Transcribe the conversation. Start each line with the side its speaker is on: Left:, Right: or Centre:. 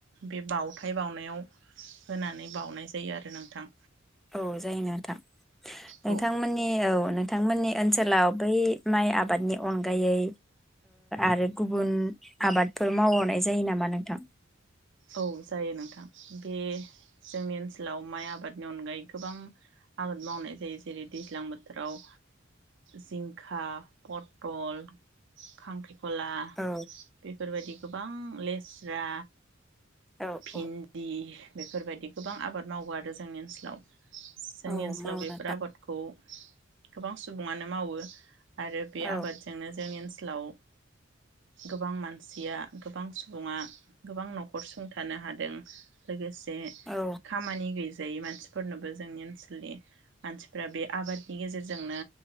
Right: बे बावथाय बावउनायाव होनानै बाउनाय जायो आरो नोंथां।
Centre: औ जायो नो नोंथां नोंथांमोननि
Right: औ
Centre: औ नोंथांमोननि ओनसोलाव बै माइ आबादनि अनगायै आरो गुबुन आबादफोर मावहरनाय जायो नामा नोंथां
Right: औ जायो नोंथां बे जोंनि ओनसोलाव माइ आबादनि अनगायै गोबां आबाद मावनाय जायो जेरै दैज्लां बोथोराव जिंखा पथल खांख्रि ला
Centre: औ
Right: बेफोरबायदि गोबां लेस्रा
Centre: औ
Right: भिन्दि
Centre: औ
Right: बेफोरबायदि गोबां आबाद मावो आरो जोंनि ओनसोलाव जोंनि
Centre: औ
Right: ओनसोलाव
Centre: मावो
Right: बेफोर
Centre: नोंथां
Right: आबादखौ गोबां सुबुङानो मावो आरो बे
Centre: औ
Right: आबादजोंनो जोंनि ओनसोल लाव गोबां मानसिया गोबां सुबुङा गोबां नख हरसुंथानो हादों लोगोसे जे
Centre: औ
Right: खामानि गै जायै मानसिफोरनोबो जोंनि ओनसोलनि मानसिफोरा बे आबादनि गेजेरजोंनो